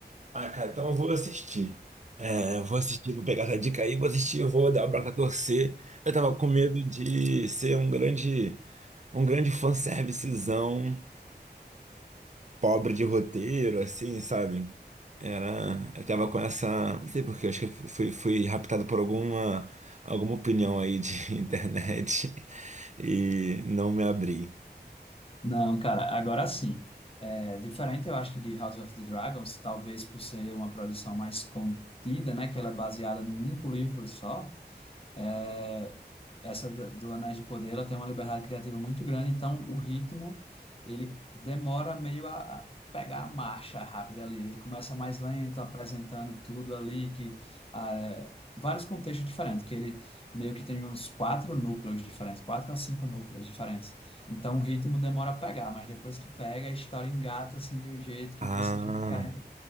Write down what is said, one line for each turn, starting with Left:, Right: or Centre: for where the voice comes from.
Right: Ah, cara, então eu vou assistir. É, eu vou assistir, vou pegar essa dica aí, vou assistir, eu vou dar o braço a torcer. Eu tava com medo de ser um grande, um grande fanservicezão pobre de roteiro, assim, sabe? Era, eu tava com essa, não sei por quê, acho que eu fui, fui raptado por alguma, alguma opinião aí de <laughs> internet e não me abri.
Left: Não, cara, agora sim. É diferente, eu acho que de House of the Dragons, talvez por ser uma produção mais contida, né, que ela é baseada num único livro só. É, essa da- do Anéis de Poder, ela tem uma liberdade criativa muito grande, então o ritmo, ele demora meio a, a pegar a marcha rápida ali. Ele começa mais lento, apresentando tudo ali, que ah, é, vários contextos diferentes, que ele meio que tem uns quatro núcleos diferentes, quatro a cinco núcleos diferentes. Então o ritmo demora a pegar, mas depois que pega, a história engata assim de um jeito que
Right: Ah,
Left: você fica querendo